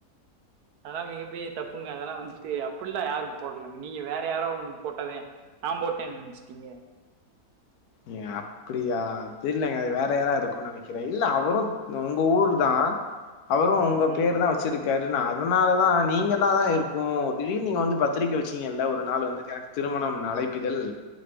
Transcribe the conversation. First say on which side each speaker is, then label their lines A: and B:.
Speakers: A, on the right; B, on the left.
A: அதெல்லா மிகப்பெரிய தப்புங்க அதெல்லா வந்துட்டு அப்புட்ல்லா யாரும் போடல நீங்க வேற யாரோ போட்டதே நா போட்டேன்னு நெனச்சுட்டீங்க
B: ஏ அப்டியா தெரியலங்க அது வேற யாராவது இருக்கு நெனக்குறே இல்ல அவரு உங்க ஊர் தா அவரு
A: ம்,
B: ஒங்க
A: ம்.
B: பேரு தா வச்சிருக்காரு இ அதனாலதா நீங்க த தா இருக்கு திடீர்னு நீங்க வந்து பத்திரிக்கை வச்சீங்கல்ல ஒரு நாள் வந்து எனக்கு திருமணம் அழைப்பிதல்